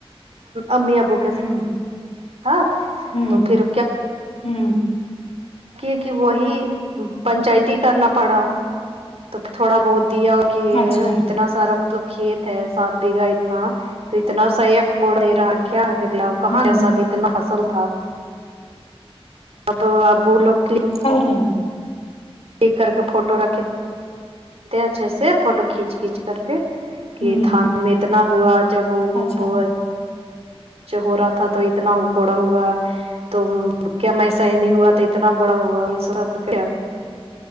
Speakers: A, on the right; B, on the left.
A: امی ابو کے
B: ہوں
A: ساتھ
B: ہوں
A: تو پھر
B: ہوں
A: کیونکہ وہی پنچایتی کرنا پڑا تو پھر تھوڑا بہت دیا کہ
B: اچھا
A: اتنا سارا مطلب کھیت ہے سات بیگھا اتنا تو اتنا سحیک بڑ دے رہا کیا د کہاں
B: ہوں
A: جسا بھی اتنا حصل تھا اب ابو لوک کی
B: <unintelligible>
A: کک کر کے فوٹو رکھے اچھے سے فوٹو کھینچ کھینچ کر کے
B: ہوں
A: کہ تھان میں اتنا ہوا جب
B: اچھا
A: وہ جو ہو رہا تھا تو اتنا بڑا ہوا تو کیا میں ایسا ہی نہیں ہوا تو اتنا بڑا ہوا یہ سب کیا